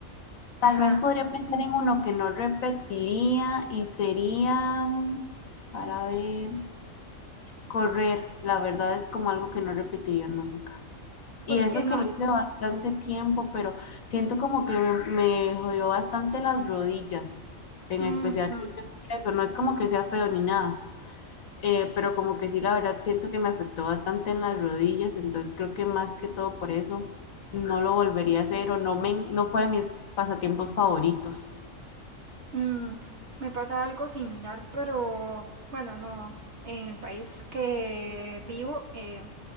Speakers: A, on the left (about 80°); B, on the right (about 55°).
A: Tal
B: Ajá,
A: vez podría pensar en uno que no repetiría y sería, mm, para ver, correr. La verdad es como algo que no repetiría nunca.
B: ¿por
A: Y eso
B: qué no?
A: que lo hice bastante tiempo, pero siento como que me, me jodió bastante las rodillas, en
B: Ujú,
A: especial eso. No es como que sea feo ni nada eh, pero como que sí, la verdad siento que me afectó bastante en las rodillas, entonces creo que más que todo por eso no lo volvería a hacer o no, me, no fue de mis pasatiempos favoritos.
B: mm, me pasa algo similar, pero bueno, no, en el país que vivo. eh,